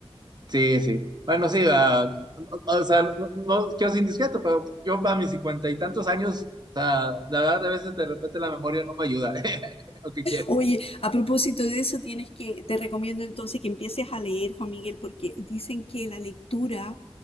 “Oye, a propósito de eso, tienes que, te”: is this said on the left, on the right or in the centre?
Left